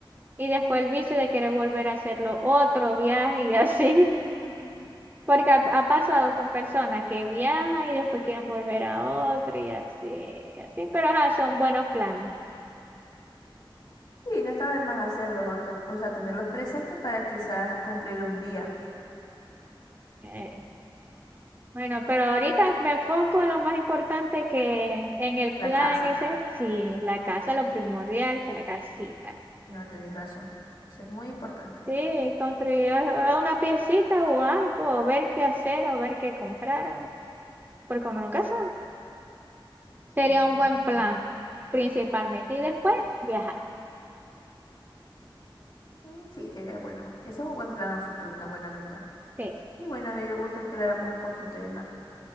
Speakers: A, on the right; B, on the left.
A: Y después el vicio de querer volver a hacerlo otro viaje y <laughs> así.
B: <laughs>
A: Porque ha, ha pasado con personas que viajan y después quieren volver a otro y así, y así. Pero ajá, son buenos planes.
B: sí no está de más hacerlos, o, to- o sea, tenerlos presentes para quizás cumplir un día
A: Eh, bueno, pero ahorita me enfoco en lo más importante que en el plan
B: la casa.
A: ese, sí, la casa, lo primordial, que la casita.
B: No, tenéis razón. Eso es muy importante.
A: Sí, construir ah, una piecita o algo, o ver qué hacer o ver qué comprar, ah, porque uno nunca sabe. Sería
B: Sí, tienes
A: un buen
B: razón.
A: plan, principalmente. Y después viajar.
B: Mm, Sí, sería bueno. Ese es un buen plan a futuro, una buena meta.
A: Sí.
B: Y bueno, me dio gusto que habláramos un poquito de más.